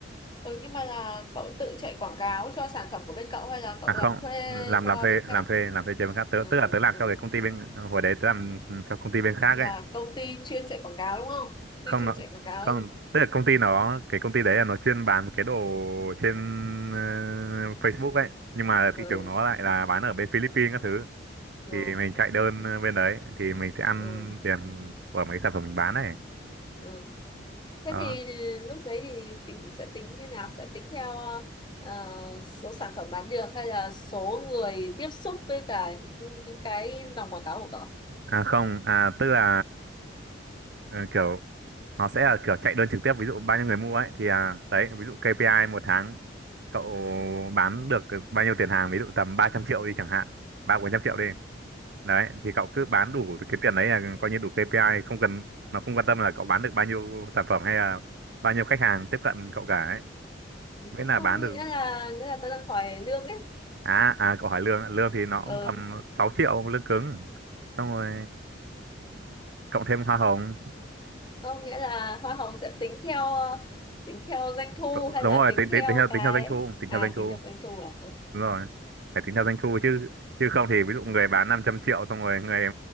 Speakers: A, on the left; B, on the right.
A: Ừ nhưng mà là cậu tự chạy quảng cáo cho sản phẩm của bên cậu hay là cậu
B: À không,
A: làm thuê
B: làm
A: cho
B: làm thuê
A: bên
B: làm
A: khác?
B: thuê làm thuê cho bên khác tớ
A: Ừ.
B: tức là tớ làm
A: ừ.
B: cho cái công ty bên hồi đấy tớ làm ừ, cho công ty bên khác
A: là
B: ấy
A: công ty chuyên chạy quảng cáo đúng không? Công
B: không
A: ty chuyên
B: nó
A: chạy quảng cáo.
B: không tức là công ty nó cái công ty đấy là nó chuyên bán cái đồ trên ờ, Facebook ấy nhưng mà
A: Ừ,
B: thị trường nó lại là bán ở bên Philippines các thứ
A: ừ,
B: thì mình chạy đơn ờ, bên đấy thì mình sẽ ăn
A: ừ,
B: tiền của mấy sản phẩm mình bán này
A: ừ. Thế
B: đó
A: thì lúc đấy thì tính sẽ tính như nào? Sẽ tính theo ờ, số sản phẩm bán được hay là số người tiếp xúc với cả những cái dòng quảng cáo của cậu?
B: à không à tức là ờ, kiểu nó sẽ là kiểu chạy đơn trực tiếp ví dụ bao nhiêu người mua ấy thì à đấy ví dụ KPI một tháng cậu bán được bao nhiêu tiền hàng ví dụ tầm 300 triệu đi chẳng hạn ba bốn trăm triệu đi đấy thì cậu cứ bán đủ cái tiền đấy là coi như đủ KPI không cần nó không quan tâm là cậu bán được bao nhiêu sản phẩm hay là bao nhiêu khách hàng tiếp cận cậu cả ấy
A: Ừ.
B: miễn là
A: Không
B: bán
A: nghĩa
B: được
A: là nghĩa là tôi đang hỏi lương ấy.
B: à à cậu hỏi lương ạ. lương thì nó cũng
A: Ừ,
B: tầm 6 triệu lương cứng xong rồi cộng thêm hoa hồng
A: không nghĩa là hoa hồng sẽ tính theo tính theo doanh thu
B: Cậu-
A: hay
B: đúng
A: là
B: rồi
A: tính
B: tính
A: theo
B: tính tính theo
A: cái
B: tính theo doanh thu tính
A: à
B: theo doanh thu
A: tính theo doanh thu à?
B: đúng rồi phải tính theo doanh thu chứ chứ không thì ví
A: Ừ.
B: dụ người bán 500 triệu xong rồi người